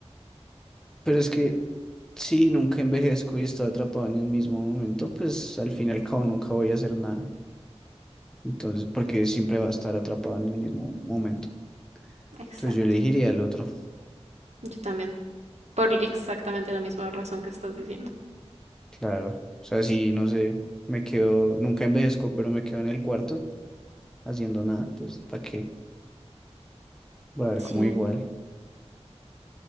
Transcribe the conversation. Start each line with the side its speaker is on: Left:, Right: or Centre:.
Centre: pero es que si nunca envejezco y estoy atrapado en el mismo momento, pues al fin y al cabo nunca voy a hacer nada. Entonces, porque siempre va a estar atrapado en el mismo momento.
Right: Exacto.
Centre: Entonces yo elegiría el otro.
Right: Yo también. Por exactamente la misma razón que estás diciendo.
Centre: Claro, o sea, sí, no sé, me quedo, nunca envejezco, pero me quedo en el cuarto haciendo nada, pues, ¿para qué? Voy a ver
Right: Sí.
Centre: como igual.